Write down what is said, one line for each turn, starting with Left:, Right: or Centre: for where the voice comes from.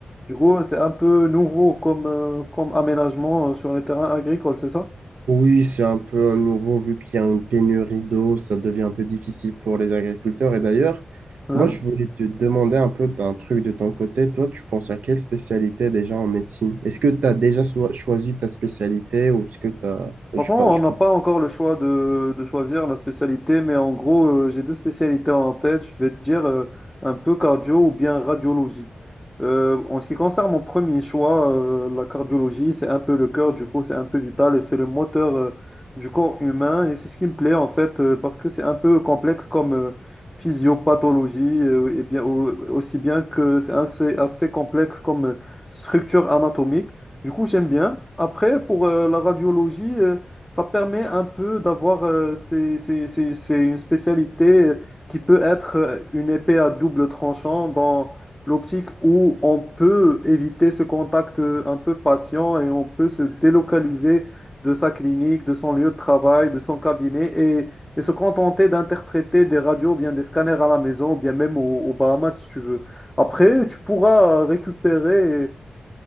Centre: Du coup, c'est un peu nouveau comme, euh, comme aménagement euh, sur les terrains agricoles, c'est ça?
Right: Oui, c'est un peu à nouveau, vu qu'il y a une pénurie d'eau, ça devient un peu difficile pour les agriculteurs. Et d'ailleurs,
Centre: Hein
Right: moi, je voulais te demander un peu d'un truc de ton côté. Toi, tu penses à quelle spécialité déjà en médecine? Est-ce que tu as déjà so- choisi ta spécialité ou est-ce que tu as...
Centre: Franchement,
Right: Je sais pas, je-
Centre: on n'a pas encore le choix de, de choisir la spécialité, mais en gros, euh, j'ai deux spécialités en tête. Je vais te dire euh, un peu cardio ou bien radiologie. Euh, en ce qui concerne mon premier choix, euh, la cardiologie, c'est un peu le cœur, du coup, c'est un peu vital et c'est le moteur euh, du corps humain. Et c'est ce qui me plaît en fait, euh, parce que c'est un peu complexe comme euh, physiopathologie, euh, et bien au- aussi bien que c'est assez, assez complexe comme euh, structure anatomique. Du coup, j'aime bien. Après, pour euh, la radiologie, euh, ça permet un peu d'avoir, euh, c'est c'est- c'est- c'est une spécialité euh, qui peut être euh, une épée à double tranchant dans l'optique où on peut éviter ce contact euh, un peu patient et on peut se délocaliser de sa clinique, de son lieu de travail, de son cabinet et, et se contenter d'interpréter des radios ou bien des scanners à la maison ou bien même au- aux Bahamas si tu veux. Après, tu pourras récupérer